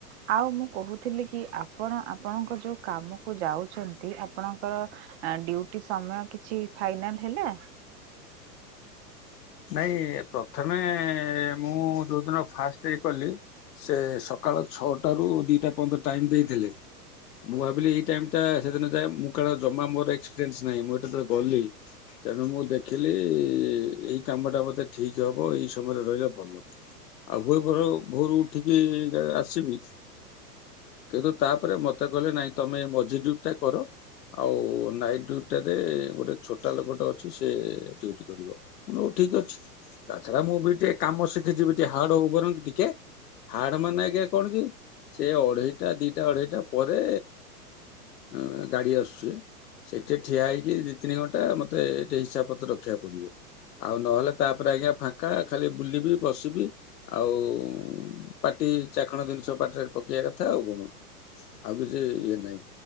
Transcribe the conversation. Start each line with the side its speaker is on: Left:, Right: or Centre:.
Right: ଆ ଆଉ ମୁଁ କହୁଥିଲି କି ଆପଣ ଆପଣଙ୍କ ଯୋଉ କାମକୁ ଯାଉଛନ୍ତି ଆପଣଙ୍କର ଏ ଡ୍ୟୁଟି ସମୟ କିଛି ଥାଏ ମ୍ୟାମ ହେଲା।
Left: ନାଇଁ ପ୍ରଥମେ ମୁଁ ଯୋଉଦିନ ଫାଷ୍ଟ କି କଲି। ସେ ସକାଳ ଛଅଟା ରୁ ଦିଟା ପନ୍ଦ ଟାଇମ ଦେଇଥିଲେ। ମୁଁ ଭାବିଲି ଏଇ ଟାଇମିଟା ସେଦିନ ଯାଏ ମୁଁ କାରଣ ଜମା ମୋର ଏକ୍ସପେନ୍ସ ନାହିଁ ମୁଁ ଏଟଳେ ଗଲି। ତେଣୁ ମୁଁ ଦେଖିଲି ଇଁ ଏଇ କାମଟା ମତେ ଠିକ ହବ ଏଇ ସମୟରେ ରହିବା ଭଲ। ଆଉ ବରଂ ଭୋରୁ ଉଠିକି ଆସିବି।
Right: <inaudible>
Left: କିନ୍ତୁ ତାପରେ ମତେ କହିଲେ ନାଇଁ ତମେ ମଝି ଡ୍ୟୁଟିଟା କର। ଆଉ ନାଇଟ୍ ଡ୍ୟୁଟିଟାରେ ଗୋଟେ ଛୋଟା ଲୋକଟ ଅଛି ସେ ଡ୍ୟୁଟି କରିବ। ହଉ ଠିକ ଅଛି ତା ଛଡା ମୁଁ ବି ଟିକେ କାମ ଶିଖିଯିବି ଟିକେ ହାର୍ଡ ହଉ ବରଂ ଟିକେ ହାର୍ଡ ମାନେ ଆଜ୍ଞା କଣ କି ସେ ଅଢେଇଟା ଦିଟା ଅଢେଇଟା ପରେ ଆ ଗାଡି ଆସୁଛି। ସେଠି ଠିଆ ହେଇକି ଦି ତିନି ଘଣ୍ଟା ମତେ ଟି ହିସାବ ପତ୍ର ରଖିବାକୁ ପଡିବ। ଆଉ ନହେଲେ ତାପରେ ଆଜ୍ଞା ଫାଙ୍କା ଖାଲି ବୁଲିବି ବସିବି ଆଉଁ ପାଟି ଚାଖଣ ଜିନିଷ ପାଠରେ ପକେଇବା କଥା ଆଉ କଣ ଆଉ କିଛି ଇଏ ନାହିଁ।